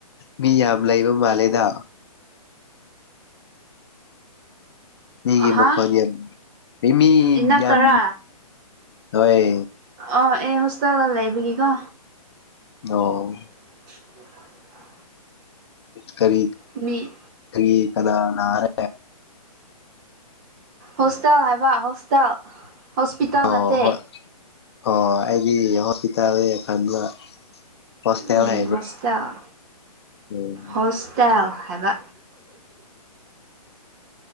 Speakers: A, on the left; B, on the right.
A: ꯃꯤ ꯌꯥꯝ ꯂꯩꯕ ꯃꯥꯜꯂꯦꯗ ꯃꯤꯒꯤ
B: ꯑꯍꯥ
A: ꯃꯈꯣꯟ ꯌꯥꯝ <inaudible> ꯃꯤ
B: ꯏꯅꯥꯛꯇꯔꯥ
A: ꯌꯥꯝ ꯍꯣꯏ
B: ꯑꯥ ꯑꯩ ꯍꯣꯁꯇꯥꯦꯜꯗ ꯂꯩꯕꯒꯤ ꯀꯣ
A: ꯑꯣ
B: <inaudible>
A: ꯀꯔꯤ
B: ꯃꯤ
A: ꯒꯔꯤ ꯀꯅꯥ ꯅꯥꯔꯦ
B: ꯍꯣꯁꯇꯦꯜ ꯍꯥꯏꯕ ꯍꯣꯁꯇꯦꯜ ꯍꯣꯁꯄꯤꯇꯥꯜ
A: ꯑꯣ
B: ꯅꯠꯇꯦ
A: ꯍꯣꯏ ꯑꯣ ꯑꯩꯗꯤ ꯍꯣꯁꯄꯤꯇꯥꯜ ꯈꯟꯕ ꯍꯣꯁꯇꯦꯜ
B: ꯎꯝ
A: ꯍꯥꯏꯕ
B: ꯍꯣꯁꯇꯦꯜ
A: ꯎꯝ
B: ꯍꯣꯁꯇꯦꯜ ꯍꯥꯏꯕ